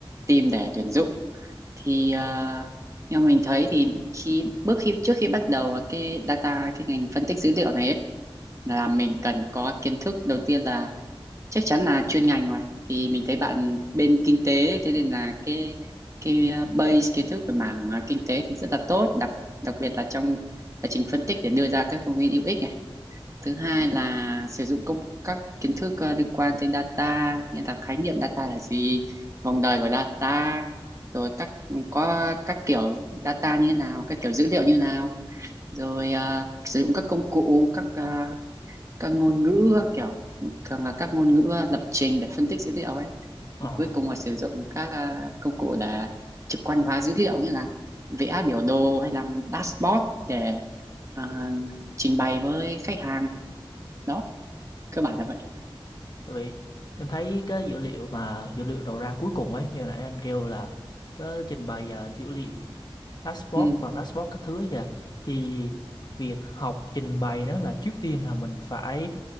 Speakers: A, on the right; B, on the left.
A: tìm để tuyển dụng thì ờ, theo mình thấy thì khi bước khi trước khi bắt đầu vào cái data cái ngành phân tích dữ liệu này ấy, là mình cần có kiến thức đầu tiên là chắc chắn là chuyên ngành rồi thì mình thấy bạn bên kinh tế thế nên là cái cái uh, base kiến thức về mảng uh, kinh tế thì rất là tốt đặc đặc biệt là trong quá trình phân tích để đưa ra các thông tin hữu ích này thứ hai là sử dụng công các kiến thức ờ, liên quan tới data như là khái niệm data là gì vòng đời của data rồi các có các kiểu data như thế nào các kiểu dữ liệu như thế nào rồi ờ, sử dụng các công cụ các ờ, các ngôn ngữ kiểu thường là các ngôn ngữ ờ, lập trình để phân tích dữ liệu ấy
B: Ờ.
A: Và cuối cùng là sử dụng các ờ, công cụ để trực quan hóa dữ liệu như là vẽ biểu đồ hay làm dashboard để à, trình bày với khách hàng đó cơ
B: Ờ.
A: bản là vậy
B: Tại vì em thấy cái dữ liệu mà dữ liệu đầu ra cuối cùng ấy như nãy anh kêu là cái trình bày à, dữ liệu dashboard
A: ừ,
B: bằng dashboard các thứ ấy kìa thì việc học trình bày nó là trước tiên là mình phải